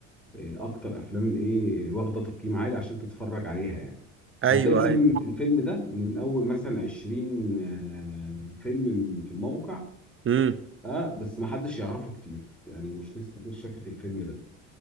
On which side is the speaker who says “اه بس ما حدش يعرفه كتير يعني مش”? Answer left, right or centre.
Centre